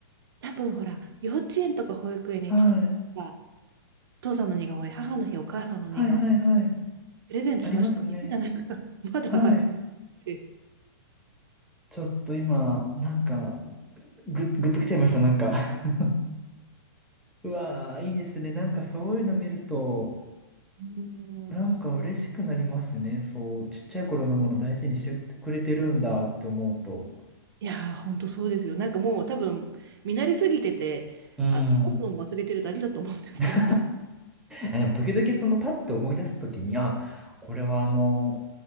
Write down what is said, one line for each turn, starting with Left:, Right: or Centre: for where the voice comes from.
Right: 多分ほら、幼稚園とか保育園に父が
Centre: はい、
Right: 父さんの似顔絵、母の日、お母さんの似顔絵、
Centre: はい、はい、はい。
Right: プレゼントしましょうって言うじゃないですか。
Centre: ありますね。
Right: <laughs> まだ貼っ
Centre: はい。
Right: てて。
Centre: ちょっと今、なんか、ぐ、ぐっときちゃいました、なんか。<laughs> うわー、いいですね。なんかそういうの見ると、
Right: うー
Centre: なんか嬉しくなりますね。
Right: ん。
Centre: そう、ちっちゃい頃のもの大事にしてくれてるんだって思うと。
Right: いやー、ほんとそうですよ。なんかもう多分、見慣れすぎてて、
Centre: うん。
Right: あの、話すのも忘れてるだけだと思うんですけど。
Centre: <laughs> あでも時々そのパッと思い出す時に、あ、これはあの、